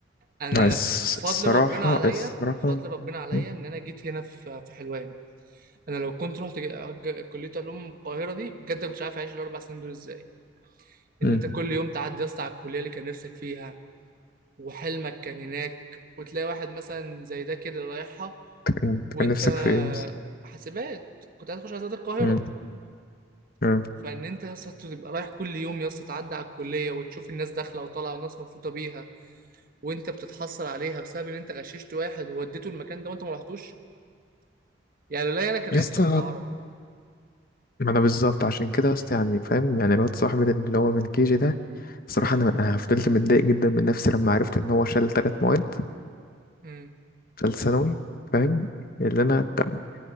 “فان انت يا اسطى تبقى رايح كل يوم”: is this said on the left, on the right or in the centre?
Right